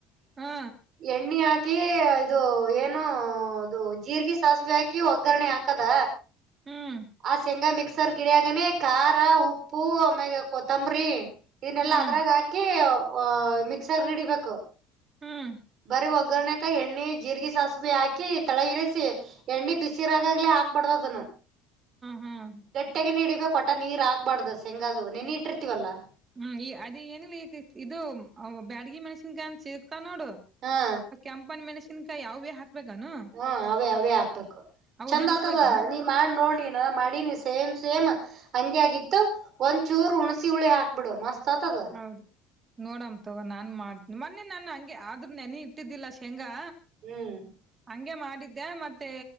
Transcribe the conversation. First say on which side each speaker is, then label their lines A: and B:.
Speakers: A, on the right (about 40°); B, on the right (about 20°).
A: <inaudible>
B: ಹಾ
A: ಎಣ್ಣೆ ಹಾಕಿ ಇದು ಏನು ಅದು ಜೀರ್ರಿಗೆ ಸಾಸಿವೆ ಹಾಕಿ ಒಗ್ಗರಣೆ ಹಾಕದ.
B: ಹ್ಮ್
A: <inaudible> ಆ ಶೆಂಗಾ ಮಿಕ್ಸ <unintelligible> ಖಾರ ಉಪ್ಪು ಆಮ್ಯಾಗ ಕೊತ್ತಂಬರಿ. ಇದನ್ನೆಲ್ಲಾ
B: ಹ್ಮ್
A: ಅದ್ರಾಗ ಹಾಕಿ ಮಿಕ್ಸರ್ ಹಿಡಿಬೇಕು.
B: ಹ್ಮ್
A: ಬರಿ ಒಗ್ಗರಣೆ ಕ ಎಣ್ಣಿ ಜೀರಿಗೆ ಸಾಸಿವಿ ಹಾಕಿ ತೆಳಗ ಇಳಿಸಿ ಎಣ್ಣಿ ಬಿಸಿ ಇರಾಗಾಗ್ಲೆ ಹಾಕ್ಬಾರ್ದ ಅದನ್ನ.
B: ಹ್ಮ್ ಹ್ಮ್
A: ಗಟ್ಟೆಗನ ಹಿಡಿಬೇಕು ಒಟ್ಟ ನೀರ್ ಹಾಕ್ಬಾಡ್ದು ಶೆೇಂಗದು ನೆನಿ ಇಟ್ಟಿರ್ತೀವಲ್ಲ.
B: ಹ್ಮ್ ಅದ ಏನಿಲ್ಲ ಇದು ಬ್ಯಾಡ್ಗಿ ಮಣಸಿನ್ಕಾಯಿ ಅಂತ ಸಿಗ್ತಾವ ನೋಡು.
A: ಹಾಂ
B: ಕೆಂಪನ ಮೆಣಸಿನ್ಕಾಯಿ ಯಾವವೆ ಹಾಕ್ಬೇಕನು.
A: ಹ್ಮ ಅವೇ ಅವೇ ಹಾಕ್ಬೇಕು ಚಂದ್
B: ನೆನ್ಸ್ಬೇಕಾನು
A: ಆತದ ನೀ ಮಾಡ್ ನೋಡ್ನೀನ ಮಾಡಿನಿ ಸೇಮ್ ಸೇಮ್. ಹಂಗೆ ಆಗಿತ್ತು ಒಂದ್ ಚೂರ್ ಹುಣಸಿ ಹುಳಿ ಹಾಕ್ಬಿಡು ಮಸ್ತ್ ಆತದ.
B: ಹೌದು ನೋಡಮ್ ತೊಗೋ ನಾನ್ ಮಾಡ್ತೀನಿ ಮೊನ್ನೆ ನಾನು ಹಂಗೆ ಆದ್ರೂ ನೆನಿ ಇಟ್ಟಿದ್ದಿಲ್ಲ ಶೇಂಗಾ.
A: ಹ್ಮ್
B: ಹಂಗೆ ಮಾಡಿದ್ದೆ ಮತ್ತೆ